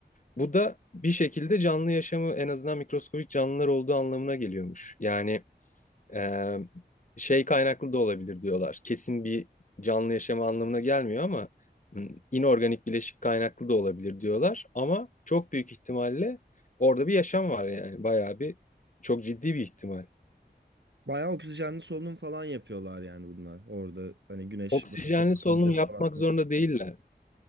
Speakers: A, on the left; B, on the right.
A: Bu da bir şekilde canlı yaşamı en azından mikroskobik canlılar olduğu anlamına geliyormuş. Yani ee, şey kaynaklı da olabilir diyorlar. Kesin bir canlı yaşama anlamına gelmiyor ama hmm, inorganik bileşik kaynaklı da olabilir diyorlar. Ama çok büyük ihtimalle orada bir yaşam var yani bayağı bir çok ciddi bir ihtimal.
B: Bayağı oksijenli solunum falan yapıyorlar yani bunlar. Orada hani güneş
A: Oksijenli
B: böyle fotoğrafları
A: solunum yapmak
B: falan.
A: zorunda değiller